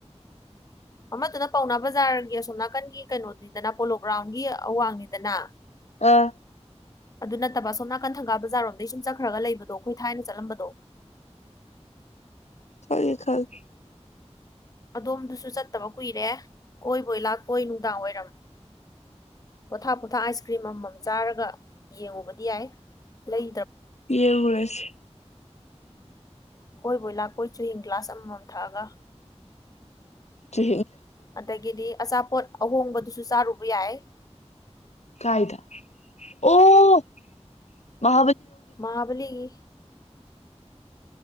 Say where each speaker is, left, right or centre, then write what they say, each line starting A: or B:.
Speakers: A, on the left; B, on the left.
A: <unintelligible> ꯑꯃꯗꯨꯅ ꯄꯥꯎꯅꯥ ꯕꯖꯥꯔꯒꯤ ꯑꯁꯣꯝ ꯅꯥꯀꯟꯒꯤ ꯀꯩꯅꯣꯅꯤꯗꯅ ꯄꯣꯂꯣ ꯒ꯭ꯔꯥꯎꯟꯒꯤ ꯑꯋꯥꯡꯅꯤꯗꯅ
B: ꯑ
A: ꯑꯗꯨ ꯅꯠꯇꯕ ꯑꯣꯝ ꯅꯥꯀꯟ ꯊꯪꯒꯥ ꯕꯖꯥꯔꯣꯝꯗꯒꯤꯩ ꯁꯨꯝ ꯆꯠꯈ꯭ꯔꯒ ꯂꯩꯕꯗꯣ ꯑꯩꯈꯣꯏ ꯊꯥꯏꯅ ꯆꯠꯂꯝꯕꯗꯣ <unintelligible>
B: ꯐꯔ ꯈꯔ
A: ꯑꯗꯣꯝꯗꯨꯁꯨ ꯆꯠꯇꯕ ꯀꯨꯏꯔꯦ ꯀꯣꯏꯕꯣꯏ ꯂꯥꯛꯄꯣꯏ ꯅꯨꯡꯗꯥꯡ ꯋꯥꯏꯔꯝ ꯄꯣꯊꯥꯞ ꯄꯣꯊꯥ ꯑꯥꯏꯁ ꯀ꯭ꯔꯤꯝ ꯑꯃꯃꯝ ꯆꯥꯔꯒ ꯌꯦꯡꯉꯨꯕꯗꯤ ꯌꯥꯏ ꯂꯩ
B: ꯌꯦꯉꯔꯁ
A: ꯀꯣꯏ ꯕꯣꯏ ꯂꯥ ꯀꯣꯏ ꯆꯨꯍꯤꯡ ꯒ꯭ꯂꯥꯁ ꯑꯃꯃꯝ ꯊꯛꯑꯒ
B: ꯆ
A: ꯑꯗꯒꯤꯗꯤ ꯑꯆꯥꯄꯣꯠ ꯑꯍꯣꯡꯕꯗꯨꯁꯨ ꯆꯥꯔꯨꯕ ꯌꯥꯏ
B: ꯀꯥꯏꯗ ꯑꯣ ꯃꯥ
A: ꯃꯥꯕꯂꯤꯒꯤ